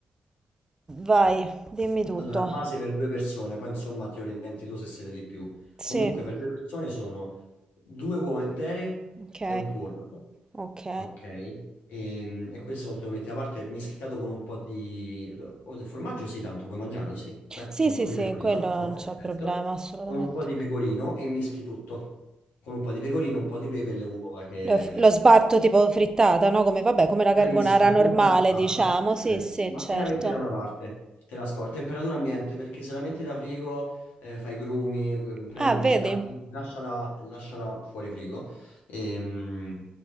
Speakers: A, on the right; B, on the left.
A: Vai, dimmi tutto.
B: Allora, base per due persone, poi insomma ti orienti tu se siete di più.
A: Sì,
B: Comunque per due persone sono due uova intere
A: ok,
B: e un tuorlo,
A: ok.
B: ok? E, e questo te lo metti da parte mischiato con un po' di... o del formaggio sì, tanto puoi mangiarlo, sì. Beh,
A: Sì,
B: con
A: sì,
B: un po' di
A: sì,
B: pecorino,
A: quello non
B: oh, perfetto.
A: c'è problema, assolutamente.
B: Con un po' di pecorino e mischi tutto. Con un po' di pecorino, un po' di pepe e le uova che...
A: Lo, lo
B: che...
A: sbatto tipo frittata, no? Come, vabbè, come la
B: Bravissima,
A: carbonara
B: facciamo
A: normale,
B: una frittata,
A: diciamo. Sì,
B: bravissima,
A: sì, certo.
B: e la metti da una parte, te la scordi, temperatura ambiente, perché se la metti da frigo eh, fai grumi, eh, prende
A: Ah,
B: umidità,
A: vedi?
B: quindi lasciala, lasciala fuori frigo. Ehm,